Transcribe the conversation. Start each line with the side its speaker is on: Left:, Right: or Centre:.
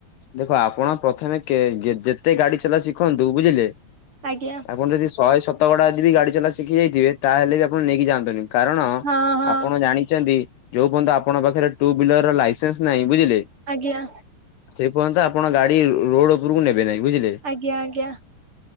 Left: ଦେଖ ଆପଣ ପ୍ରଥମେ କେଁ ଯେ ଯେତେ ଗାଡି ଚଲା ଶିଖନ୍ତୁ ବୁଝିଲେ।
Right: ଆଜ୍ଞା।
Left: ଆପଣ ଯଦି ଶହେ ଶତକଡା ଆଜି ବି ଗାଡ଼ି ଚଲା ଶିଖି ଯାଇଥିବେ ତାହେଲେ ବି ଆପଣ ନେଇିକିଯାନ୍ତୁନି। କାରଣ
Right: ହଁ ହଁ
Left: ଆପଣ ଜାଣିଚନ୍ତି? ଯୋଉଁ ପର୍ଯ୍ୟନ୍ତ ଆପଙ୍କ ପାଖରେ ଟୁ ହିଲର ର ଲାଇସେନ୍ସ ନାହିଁ ବୁଝିଲେ।
Right: ଆଜ୍ଞା।
Left: ସେ ପର୍ଯ୍ୟନ୍ତ ଆପଣ ଗାଡି ରୋରୋଡ ଉପରକୁ ନେବେ ନାହିଁ ବୁଝିଲେ।
Right: ଆଜ୍ଞା ଆଜ୍ଞା